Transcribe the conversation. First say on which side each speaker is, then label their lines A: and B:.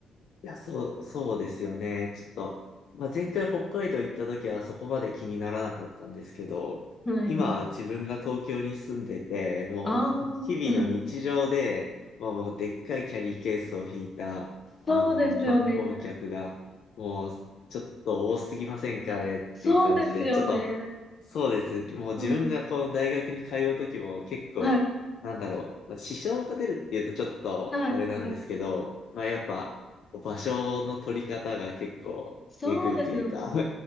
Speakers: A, on the left; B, on the left.
A: いや、そう、そうですよね。ちょっと、まあ、前回北海道行った時はそこまで気にならなかったんですけど、
B: はい。
A: 今自分が東京に住んでて、もう日々の日常で、
B: ああ、うん
A: まあ、もうでっかいキャリーケースを引いた、あの、
B: そうですよね。
A: 観光客が、もうちょっと多すぎませんかねっていう感じで、
B: そうですよね。
A: ちょっとそうです。もう自分がこう大学に通うときも結構、
B: うん。はい。
A: なんだろう、まあ支障が出るっていうとちょっとあれなんですけど、
B: はい。はい。
A: まあやっぱ場所の取り方が結構えぐいというか、
B: そうですよね。